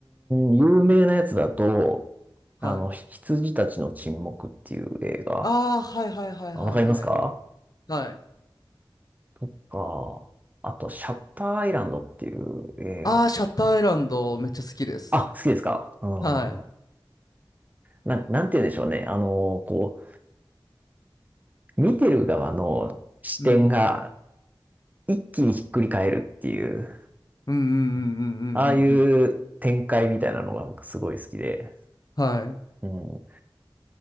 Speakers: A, on the right; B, on the left.
A: ん、有名なやつだと、
B: はい。
A: あの、ひ羊たちの沈黙っていう映画。
B: ああ、はいはいはいはいはい。
A: あわかりますか
B: はい。
A: とか、あと、シャッターアイランドっていう映画。
B: ああ、シャッターアイランドめっちゃ好きです。
A: あ、好きですかう
B: はい。
A: ん。な、なんて言うんでしょうね。あの、こう、見てる側の視点が
B: うん。
A: 一気にひっくり返るっていう、
B: うんうんうんうんうんうん
A: ああいう展開みたいなのが僕すごい好きで。
B: うん。はい。
A: うん。